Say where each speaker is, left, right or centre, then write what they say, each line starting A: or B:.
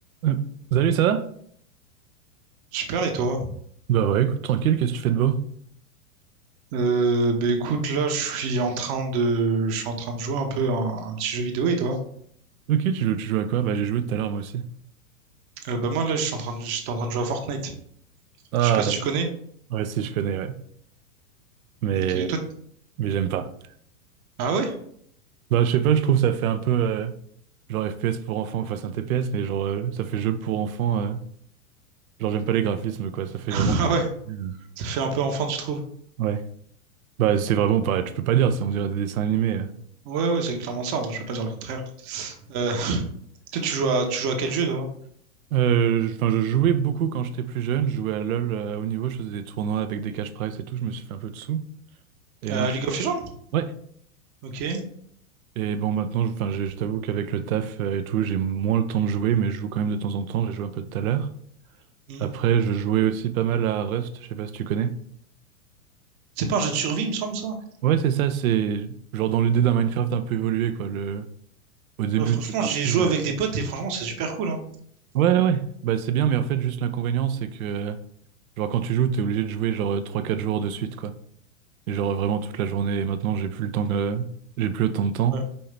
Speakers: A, on the right; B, on the right.
A: Euh, Salut, ça va?
B: Super, et toi?
A: Bah ouais, écoute, tranquille, qu'est-ce que tu fais de beau?
B: Euh, bah écoute, là, je suis en train de, je suis en train de jouer un peu à un, un petit jeu vidéo, et toi?
A: Ok, tu joues, tu joues à quoi? Bah j'ai joué tout à l'heure moi aussi.
B: Euh, bah moi, là, je suis en train de, j'étais en train de jouer à Fortnite.
A: Ah,
B: Je sais pas si tu connais.
A: Ouais, si, je connais, ouais. Mais,
B: Ok, toi...
A: mais j'aime pas.
B: Ah ouais?
A: Bah je sais pas, je trouve ça fait un peu euh, genre FPS pour enfants, enfin c'est un TPS, mais genre euh, ça fait jeu pour enfants, euh, genre j'aime pas les graphismes quoi, ça fait
B: <laughs>
A: vraiment... pas
B: Ah ouais?
A: pour- Mm.
B: Ça fait un peu enfant, tu trouves?
A: Ouais. Bah c'est vraiment pas, tu peux pas dire, c'est on dirait des dessins animés. hein.
B: Ouais, ouais, c'est clairement ça, en vrai, je peux pas dire le contraire. Euh, toi, tu joues à, tu joues à quel jeu, toi?
A: Euh, je- enfin je jouais beaucoup quand j'étais plus jeune, je jouais à LoL euh, à haut niveau, je faisais des tournois avec des cash prize et tout, je me suis fait un peu de sous. Et
B: Euh,
A: maintenant...
B: À League of Legends?
A: ouais,
B: Ok.
A: Et bon, maintenant, je, enfin, je, je t'avoue qu'avec le taf euh, et tout, j'ai moins le temps de jouer, mais je joue quand même de temps en temps. J'ai joué un peu tout à l'heure.
B: Hmm.
A: Après, je jouais aussi pas mal à Rust, je sais pas si tu connais.
B: C'est pas un jeu de survie, il me semble, ça?
A: Ouais, c'est ça, c'est genre dans l'idée d'un Minecraft un peu évolué, quoi. Le... Au début,
B: Ouais, franchement,
A: t'es parti.
B: j'ai joué
A: euh,
B: avec des potes, et franchement, c'est super cool, hein.
A: Ouais, ouais, ouais. bah c'est bien, mais en fait, juste l'inconvénient, c'est que, euh, genre, quand tu joues, t'es obligé de jouer genre trois, quatre jours de suite, quoi. Et genre vraiment toute la journée. Et maintenant, j'ai plus le temps que... j'ai plus autant de temps.
B: Ouais.